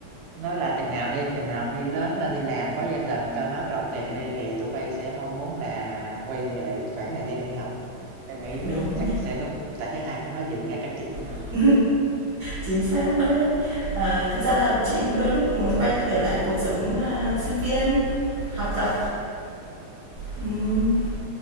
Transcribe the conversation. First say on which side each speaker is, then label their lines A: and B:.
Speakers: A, on the right (about 85°); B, on the right (about 65°).
A: nói là "Chừng nào đi, chừng nào khi lớn lên đi làm, có gia đình, cơm áo gạo tiền đi thì tụi bay sẽ mong muốn là quay về khoảng thời gian đi học." Em nghĩ
B: Đúng
A: chắc
B: nha.
A: sẽ đúng, tại thấy ai cũng nói vậy, nghe cả chị nữa mà.
B: <laughs> Chính xác đấy. Ờ, thực ra là chị cũng đôi lúc muốn quay trở lại cuộc sống, à, sinh viên, học tập, ừm,